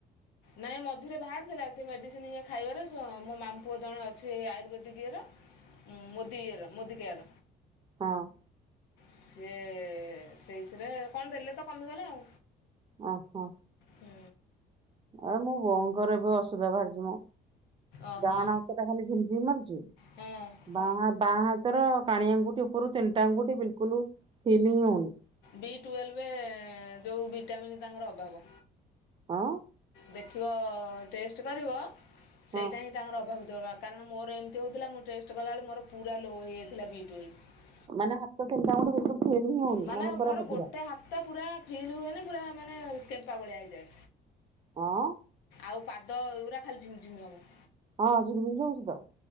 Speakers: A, on the left; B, on the right.
A: ନାଇଁ ମଝିରେ ବାହାରି ଥିଲା, ସେ ମେଡ଼ିସିନ ଇଏ ଖାଇବାରେ ମୋ ମାମୁଁ ପୁଅ ଜଣେ ଅଛି ଆୟୁର୍ବେଦିକ ଇଏର ହଁ ମୁଦିଇଏର ମୁଦିକେୟାର
B: ହଁ
A: ସିଏ ସେଇଥିରେ କଣ ଦେଲେ ତ କମିଗଲେ ଆଉ
B: ଓହୋ,
A: ହୁଁ।
B: ଆ ମୋ ବୋଉଙ୍କର ଏବେ ଅସୁବିଧା ବାହାରିଛି ମ
A: ଓହୋ
B: ଡାହାଣ ହାତ ଟା ଖାଲି ଝିମଝିମ୍ ମାରୁୁଛି
A: ହଁ
B: ବାଁ ବାଁ ହା ର କାଣି ଆଙ୍ଗୁଠି ଉପରୁ ତିନିଟା ଆଙ୍ଗୁଠି ବିଲକୁଲ ଫିଲ୍ ହିଁ ହଉନି ।
A: ବି ଟୁଏଲଭ ଯେଉଁ ଭିଟାମିନ୍ ତାଙ୍କର ଅଭାବ।
B: ହଁ
A: ଦେଖିବ ଟେଷ୍ଟ କରିବ, ସେଇଟା
B: ହଁ
A: ହିଁ ତାଙ୍କର ଅଭାବ ଥିବ, କାରଣ- ମୋର ଏମିତି ହେଉଥିଲା, ମୁଁ ଟେଷ୍ଟ କଲାବେଳେ ମୋର ପୁରା ଲୋ ହୋଇ ଯାଇଥିଲା ବି ଟ୍ୱଏଲଭ୍ ।
B: ମାନେ ହାତ ତିନିଟା ଆଙ୍ଗୁଠି ବିଲକୁଲ ଫିଲ୍ ହିଁ ହଉନି
A: ମାନେ
B: ପୁରା
A: ମୋର
B: ବଧିରା
A: ଗୋଟେ ହାତ ପୁରା ଫିଲ୍ ହୁଏନି ପୁରା ମାନେ କେମ୍ପା ଭଳିଆ ହେଇଯାଏ।
B: ହଁ
A: ଆଉ ପାଦ ଏଗୁରା ଖାଲି ଝିମି ଝିମି ହବ ।
B: ହଁ ଝିମ ଝିମ ହଉଚିତ।